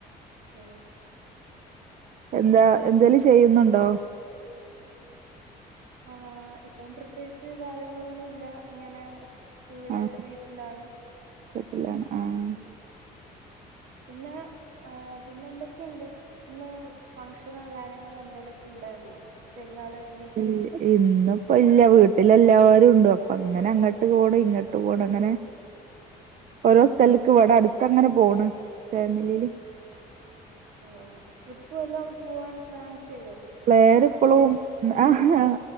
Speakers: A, on the right (about 80°); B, on the right (about 50°).
A: ആഹ്
B: എന്താ എന്തേലും ചെയ്യുന്നുണ്ടോ?
A: ആഹ് ഇപ്പം പ്രത്യോകിച്ച് കാര്യങ്ങളൊന്നുവില്ല ഇങ്ങനെ ഇവിടെ
B: ആഹ്
A: വീട്ടിലാണ്
B: വീട്ടിലാണ് ആഹ്
A: ഉം പിന്നെ ഏഹ് പിന്നെന്തൊക്കെണ്ട്? ഇന്ന് ഫംഗഷനോ കാര്യങ്ങളോ എന്തേലൊക്കെ ഇണ്ടായിരുന്നോ? പെരുന്നാള് കഴിഞ്ഞി
B: ഇല്യ ഇന്ന്പ്പെ ഇല്ല വീട്ടില് എല്ലാരും ഇണ്ട് അപ്പങ്ങനെ അങ്ങട്ട് പോണ് ഇങ്ങട്ട് പോണ് അങ്ങനെ ഓരോ സ്ഥലക്ക് ഇവടെ അടുത്തങ്ങനെ പോണ് ഫാമിലിയില്
A: ഓഹ് ട്രിപ്പ് വല്ലോം പോവാൻ പ്ലാൻ ചെയ്തോ?
B: പ്ലാനെപ്പളും
A: ഇപ്പൊ വെക്കേഷൻ സമയല്ലേ
B: ആഹ്